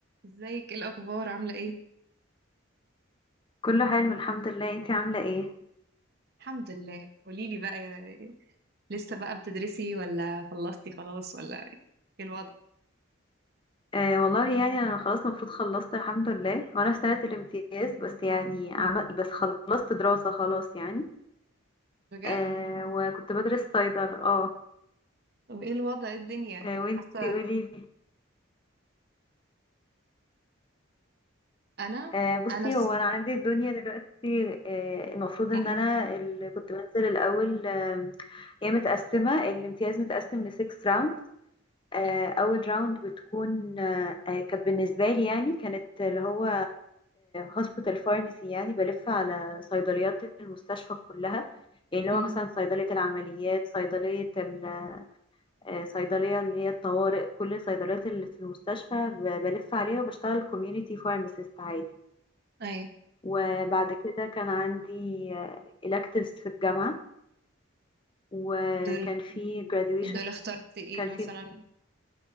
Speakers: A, on the right; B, on the left.
A: ازيك ايه الاخبار عامله ايه
B: كله حلو الحمد لله انتي عاملة ايه
A: الحمد لله قولي لي بقى يا- لسه بقى بتدرسي ولا خلصتي خلاص ولا ايه الوضع
B: آه والله يعني انا خلاص المفروض خلصت الحمد لله وانا في سنة الامتياز بس يعني عم...
A: مم.
B: بس خلصت دراسة خلاص يعني
A: بجد
B: آه وكنت بدرس صيدلة اه
A: طب ايه الوضع إيه الدنيا يعني
B: آه، وانتي
A: حاسه
B: قوليلي
A: انا
B: آه بصي
A: انا س...
B: هو انا عندي الدنيا دلوقتي آه المفروض
A: م-
B: ان انا
A: م-
B: اللي كنت بنزل الاول آه هي متقسمة الامتياز متقسم ل 6 rounds آه،
A: م-
B: اول راوند بتكون آه، آه، كانت بالنسبه لي يعني كانت اللي هو هوسبيتال فارماسي يعني بلف على صيدليات المستشفى كلها يعني اللي
A: م.
B: هو مثلا صيدليه العمليات صيدليه ال- آه، صيدليه اللي هي الطوارئ كل الصيدليات اللي في المستشفى ب- بلف عليها وبشتغل كوميونتي فارماسيست عادي
A: ايوه
B: وبعد كده كان عندي آه، electives في الجامعه وكان
A: دول
B: في graduation
A: دول اخترت ايه
B: كان
A: مثلا
B: في